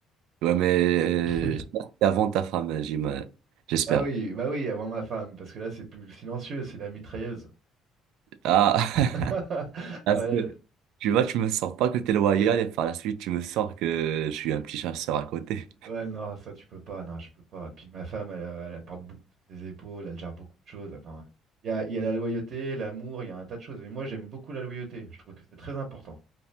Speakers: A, on the right; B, on the right.
A: Ouais, mais
B: <laughs>
A: euh, je que c'est avant ta femme, j'imagine. J'espère.
B: Ah oui, bah oui, avant ma femme, parce que là, c'est plus le silencieux, c'est la mitrailleuse.
A: Ah, <laughs>
B: <laughs>
A: parce
B: Voilà.
A: que tu vois, tu me sors pas que t'es loyal et par la suite, tu me sors que je suis un petit chasseur à côté.
B: Ouais, non, ça, tu peux pas, non, je peux pas. Puis ma femme, elle, euh, elle porte beaucoup sur ses épaules, elle gère beaucoup de choses. Attends, il y a, il y a la loyauté, l'amour, il y a un tas de choses. Mais moi, j'aime beaucoup la loyauté, je trouve que c'est très important.